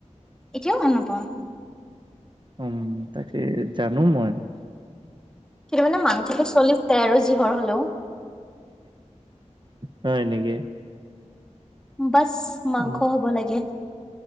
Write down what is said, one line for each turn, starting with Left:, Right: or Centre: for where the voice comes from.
Centre: এতিয়াও ভাল নাপাওঁ।
Right: উম, তাকে জানো মই।
Centre: কিন্তু মানে মাংসটো চলি যায় আৰু যিহৰ হলেও।
Right: হয় নেকি?
Centre: বাস মাংস
Right: উম
Centre: হ'ব লাগে।